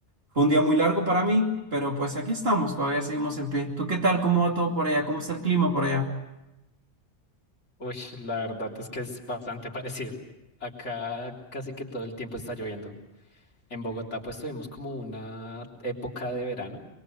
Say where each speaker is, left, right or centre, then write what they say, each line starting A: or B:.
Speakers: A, on the right; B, on the left.
A: Fue un día muy largo para mí, pero pues aquí estamos, todavía seguimos en pie. ¿Tú qué tal? ¿Cómo va todo por allá? ¿Cómo está el clima por allá?
B: Uy, la verdad es que es bastante <laughs> parecido. Acá casi que todo el tiempo está lloviendo. En Bogotá pues tuvimos como una época de verano,